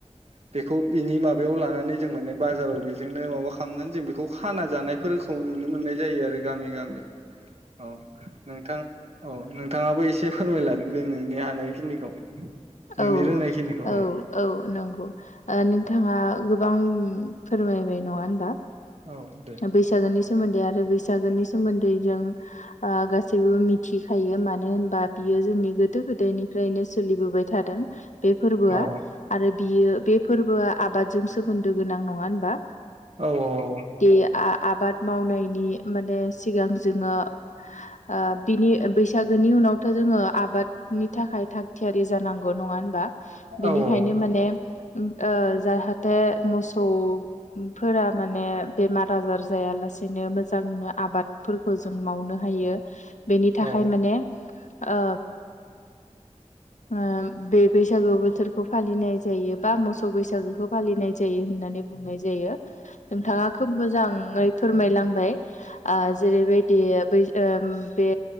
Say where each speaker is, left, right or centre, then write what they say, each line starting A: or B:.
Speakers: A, on the right (about 60°); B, on the left (about 80°).
A: बेखौ बिनि माबायाव लानानै जों माने बाजाराव बेजोंनो माबा खालामनानै जों बेखौ खाना जानायफोर खौ नुनो मोननाय जायो आरो गामि-गामि औ नोंथां औ नोंथाङाबो एसे फोरमायलादो दे नोंनि हानायखिनिखौ नोंनि
B: औ
A: रोंनायखिनिखौ
B: औ औ नंगौ अ नोंथाङा गो बां फोरमायबाय नङा होनबा।
A: औ दे
B: बैसागुनि स सोमोन्दै आरो बैसागुनि सोमोन्दै जों आ गासैबो मिथिखायो मानो होनबा बियो जोंनि गोदो गोदायनिफ्रायनो सोलिबोबाय थादों। बे फोरबोआ
A: औ
B: आरो बियो बे फोरबोआ आबादजों सोमोन्दो गोनां नङा होनबा?
A: औ औ औ औ
B: आ-आबाद मावनायनि माने सिगां जोङो ओ बिनि बैसागोनि उनावथ' जोङो आबादनि थाखाय थाग थियारि जानांगौ नङा होनबा? बेनिखायनो
A: औ औ
B: माने ओ जाहाथे मोसौफोरा माने बेमार आजार जायालासेनो मोजांनो आबादफोरखौ जों मावनो हायो। बेनि थाखाय
A: औ
B: माने ओ ओम बे बैसागु बोथोरखौ फालिनाय जायो बा मोसौ बैसागोखौ फालिनाय जायो होननानै बुंनाय जायो नोंथाङा खोब मोजाङै फोरमायलांबाय ओ जेरैबायदि बै ओम बे